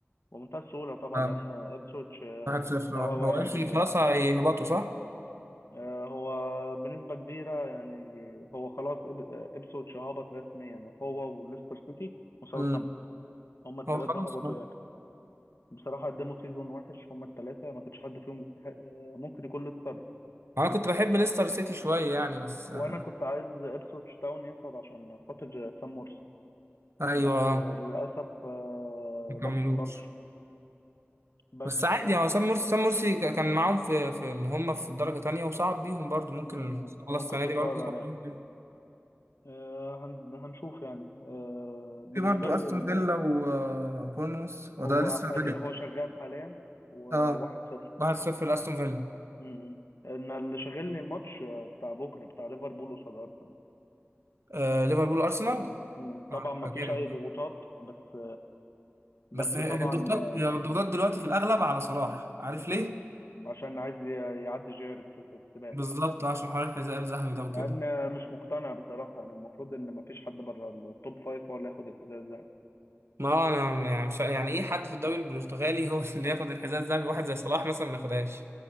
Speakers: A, on the left; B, on the right.
A: بمنتهى السهوله طبعا
B: اه
A: لان إبسويتش آه
B: 1-0
A: مستواه
B: اه هو
A: واقع
B: ماشي
A: جدا
B: خلاص
A: يعني
B: هيهبطوا صح؟
A: آه هو بنسبه كبيره يعني هو خلاص إب- آه، إبسويتش هبط رسميا يعني هو وليستر سيتي وساوثهامبتون
B: امم
A: هما الثلاثه
B: هو اه خلاص
A: هبطوا
B: اه
A: يعني بصراحه قدموا سيزون وحش هما الثلاثه ما كانش حد فيهم يستحق آه، ممكن يكون ليستر
B: انا كنت بحب ليستر سيتي شوية يعني بس
A: وانا
B: آه،
A: كنت عايز إبسويتش تاون يصعد عشان خاطر سام مورس
B: ايوه
A: بس
B: آه،
A: للأسف آه،
B: ما كملوش
A: ده ما حصلش بس
B: بس عادي
A: آه،
B: هو سام مرسي سام مرسي ك- كان معاهم في في اللي هم في الدرجة تانية وصعب بيهم برضو ممكن
A: مم،
B: ان شاء الله
A: ممكن
B: السنة
A: تتكرر
B: دي برضو يصعب
A: يعني
B: بيهم
A: آه، هن- هنشوف يعني آه، بالنسبة
B: في برضه
A: لي
B: استون فيلا وبورنموث هو
A: هو
B: ده لسه
A: حال-
B: بدري
A: هو شغال حاليا وواحد
B: اه
A: صفر
B: 1-0 لاستون فيلا
A: مم. أنا اللي شاغلني الماتش آه، بتاع بكرة بتاع ليفربول قصاد أرسنال
B: آه ليفربول ارسنال
A: مم. طبعا
B: آه،
A: ما
B: هيبقى
A: فيش
B: جامد
A: أي ضغوطات بس بس
B: بس هي-
A: طبعا
B: هي الضغوطات
A: آه،
B: هي الضغوطات دلوقتي في الاغلب على صلاح عارف ليه؟
A: عشان عايز ي- يعدي جيركس في السباق
B: بالظبط عشان حوار الحذاء الذهبي ده وكده
A: مع إن آه، مش مقتنع بصراحة أنا المفروض إن ما فيش حد بره التوب فايف هو اللي ياخد الحذاء
B: ما هو انا يعني مش يعني ايه حد في الدوري البرتغالي هو <laughs> اللي ياخد الحذاء الذهبي واحد زي صلاح مثلا ما ياخدهاش